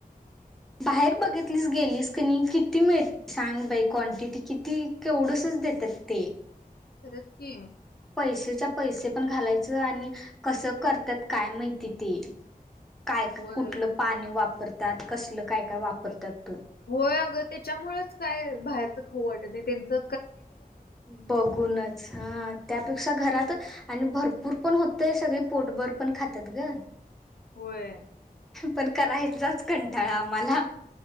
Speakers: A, in the centre; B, on the left.
A: बाहेर बघितलीस गेलीस क नाही किती मिळते सांग बाई क्वांटिटी किती केवढसच देतात ते
B: खरंच की
A: पैसेच्या पैसे पण घालायचं आणि कसं करतात काय माहिती ते काय का
B: होय
A: कुठलं पाणी वापरत ात कसलं काय काय वापरतात
B: होय अगं त्याच्यामुळेच काय बाहेरच ख वाट त्यांच
A: बघूनच हा त्यापेक्षा घरात आणि भरपूर पण होतय सगळी पोटबर पण खातात ग
B: होय
A: पण करायच तलाच कंटाळा मला